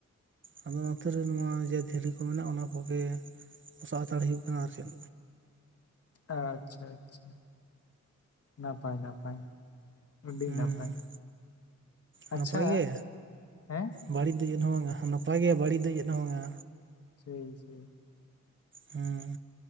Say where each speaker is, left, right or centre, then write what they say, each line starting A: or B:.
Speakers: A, on the right; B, on the left.
A: ᱟᱫᱚ ᱱᱚᱛᱮ ᱨᱮᱱ ᱢᱟ ᱡᱮ ᱫᱷᱤᱨᱤ ᱠᱚ ᱢᱮᱱᱟᱜᱼᱟ ᱚᱱᱟ ᱠᱚᱜᱮ ᱵᱚᱥᱟᱜ ᱦᱟᱛᱟᱲ ᱦᱩᱭᱩᱜ ᱠᱟᱱᱟ ᱟᱨ ᱪᱮᱫ
B: ᱟᱪᱪᱷᱟ ᱟᱪᱪᱷᱟ ᱱᱟᱯᱟᱭ ᱱᱟᱯᱟᱭ ᱟᱹᱰᱤ
A: ᱦᱩᱸ
B: ᱱᱟᱯᱟᱭ
A: ᱱᱟᱯᱟᱭ
B: ᱟᱪᱪᱷᱟ
A: ᱜᱮ
B: ᱦᱮᱸ
A: ᱵᱟᱹᱲᱤᱡ ᱫᱚ ᱪᱮᱫ ᱦᱚᱸ ᱵᱟᱝᱟ ᱱᱟᱯᱟᱭ ᱜᱮᱭᱟ ᱵᱟᱹᱲᱤᱡ ᱫᱚ ᱜᱮᱫ ᱦᱚᱸ ᱵᱟᱝᱟ
B: ᱦᱮᱸ ᱦᱮᱸ
A: ᱦᱮᱸ